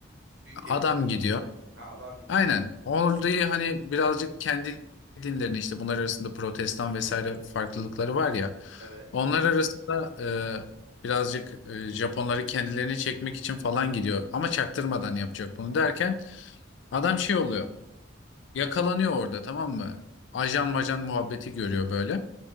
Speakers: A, on the right; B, on the left.
A: Büyük
B: adam
A: gemisi.
B: gidiyor.
A: Ha, adam gidiyor.
B: Aynen orayı hani birazcık kendi dinlerini işte bunlar arasında protestan vesaire farklılıkları var ya
A: Evet.
B: onlar arasında e, birazcık e, Japonları kendilerini çekmek için falan gidiyor ama çaktırmadan yapacak bunu derken adam şey oluyor yakalanıyor orada tamam mı? Ajan majan muhabbeti görüyor böyle.